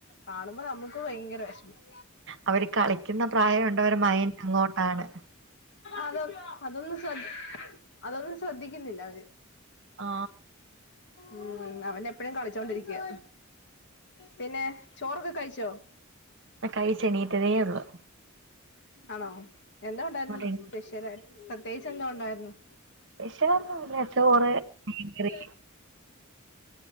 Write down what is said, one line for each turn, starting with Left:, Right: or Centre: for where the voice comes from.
Left: കാണുമ്പോ നമുക്ക് ഭയങ്കര വെഷമം
Right: അവര് കളിക്കുന്ന പ്രായുണ്ടവര് മൈൻ അങ്ങോട്ടാണ്
Left: അതൊ അതൊന്നും ശ്ര അതൊന്നും ശ്രദ്ധിക്കുന്നില്ല അവര്
Right: ആ
Left: ഉം അവന് എപ്പഴും കളിച്ചോണ്ടിരിക്കാ പിന്നെ ചോറൊക്കെ കഴിച്ചോ
Right: കഴിച്ചെണീറ്റതെ ഒള്ളു
Left: ആണോ എന്നാ ഉണ്ടാരുന്നു
Right: എണീ
Left: സ്പെഷ്യൽ ആയിട്ട് പ്രത്യേകിച്ച് എന്തോ ഉണ്ടായിരുന്നു
Right: സ്പെഷ്യൽ ഒന്നുംല്ല ചോറ് മീൻകറി
Left: ഉം